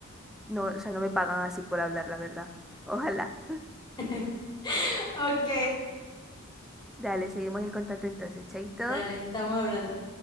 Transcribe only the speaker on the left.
<laughs> Ok,
dale, estamos hablando.